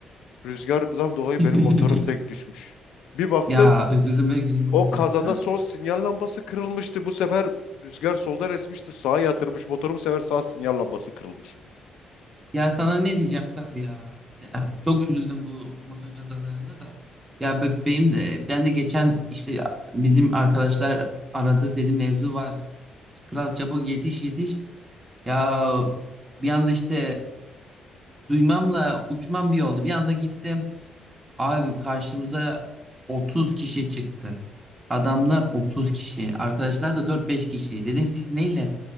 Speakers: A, on the left; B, on the right.
A: Rüzgardan dolayı
B: <laughs>
A: benim motorum tek düşmüş. Bir baktım
B: Ya üzüldüm böyle gülüm
A: o kazada
B: bakma. Ha?
A: sol sinyal lambası kırılmıştı. Bu sefer rüzgar soldan esmişti. Sağa yatırmış motoru bu sefer sağ sinyal lambası kırılmış.
B: Ya sana ne diyeceğim kal ya. Se- Çok üzüldüm bu motor kazalarına da. Ya be- benim de ben de geçen işte bizim arkadaşlar aradı dedi mevzu var. Kral çabuk yetiş yetiş. Ya bir anda işte e, duymamla uçmam bir oldu. Bir anda gittim. Abi karşımıza 30 kişi çıktı. Adamlar 30 kişi. Arkadaşlar da dört beş kişi. Dedim siz neyle?